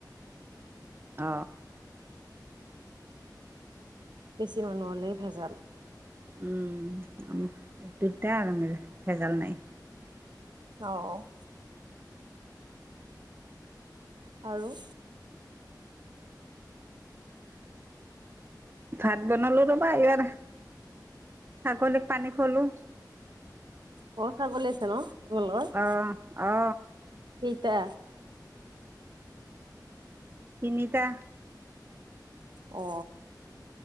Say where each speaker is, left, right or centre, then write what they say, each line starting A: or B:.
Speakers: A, on the right; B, on the right.
A: অ,
B: বেছি মানুহ হ'লেহে ভেজাল।
A: উম, দুট আৰু আম ভেজাল নাই।
B: অ, আৰু,
A: ভাত বনালো ৰ'বা, এইবাৰ ছাগলীক পানী খৱালো।
B: ঘৰৰ ছাগলী আছে ন, তোমাৰ?
A: অ অ
B: তিনিটা
A: তিনিটা।
B: অ,